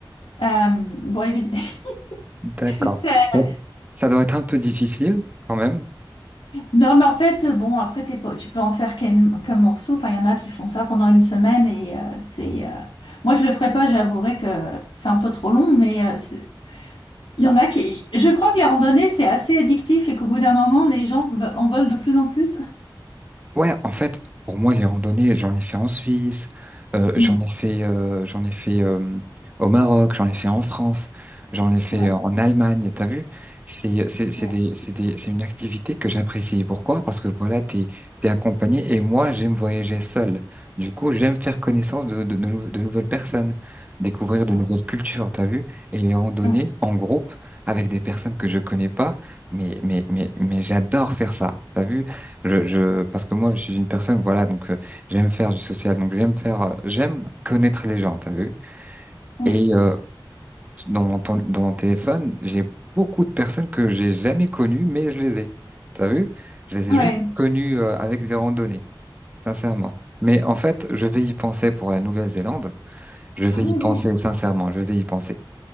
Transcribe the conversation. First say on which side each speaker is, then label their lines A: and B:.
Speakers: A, on the left; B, on the right.
A: Euh, bon, évidemment,
B: D'accord.
A: <laughs>
B: Ça, ça doit être un peu difficile quand même.
A: Non, mais en fait, euh, bon, après, t'es pas- tu peux en faire qu'un qu'un morceau. Enfin, il y en a qui font ça pendant une semaine et euh, c'est. euh, Moi, je le ferais pas, j'avouerai que c'est un peu trop long, mais euh, c'est- il y en a qui. Je crois que les randonnées, c'est assez addictif et qu'au bout d'un moment, les gens ve- en veulent de plus en plus.
B: Ouais, en fait, pour moi, les randonnées, j'en ai fait en Suisse, euh, j'en
A: Mm.
B: ai fait, euh, j'en ai fait euh, au Maroc, j'en ai fait en France, j'en ai fait
A: Ouais,
B: euh, en Allemagne. T'as vu? C'est, c'est, c'est
A: ouais,
B: des, c'est des, c'est une activité que j'apprécie. Pourquoi? Parce que voilà, t'es, t'es accompagné et moi, j'aime voyager seul. Du coup, j'aime faire connaissance de, de, de nou- de nouvelles personnes, découvrir
A: ah
B: de
A: ouais,
B: nouvelles cultures. T'as vu? Et les randonnées
A: ah ouais,
B: en groupe avec des personnes que je connais pas, mais, mais, mais, mais j'adore faire ça. T'as vu? Je, je, parce que moi, je suis une personne, voilà, donc euh, j'aime faire du social, donc j'aime faire, euh, j'aime connaître les gens, t'as vu?
A: oui,
B: Et euh, dans mon, tel- dans mon téléphone, j'ai beaucoup de personnes que j'ai jamais connues, mais je les ai, t'as vu? Je les ai
A: ouais.
B: juste connues euh, avec des randonnées, sincèrement. Mais en fait, je vais y penser pour la Nouvelle-Zélande, je vais
A: Ah
B: y
A: oui,
B: penser
A: oui.
B: sincèrement, je vais y penser